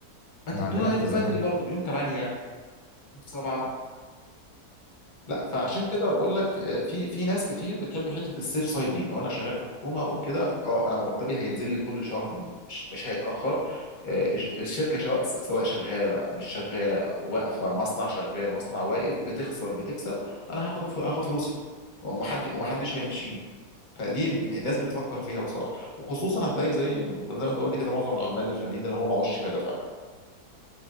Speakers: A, on the left (about 35°); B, on the left (about 85°).
A: ما
B: انا
A: تدونا
B: عندنا التزامات
A: يوم بدري برضو يوم 8 يوم 7 لا فعشان كده بقول لك آه، في في ناس كتير بتحب حته السيف سايد دي لو انا شغال في حكومه وكده اه انا مرتبي هينزل لي كل شهر مش مش هيتاخر آه، الشركه سواء سواء شغاله مش شغاله واقفه مصنع شغال مصنع واقف بتخسر بتكسب انا هاخد هاخد فلوسي ومحد ومحدش هيمشيني فدي الناس بتفكر فيها بصراحه وخصوصا هتلاقي زي زي ما انت قلت كده معظم العمال الفنيين اللي هو معهوش شهاده فعلا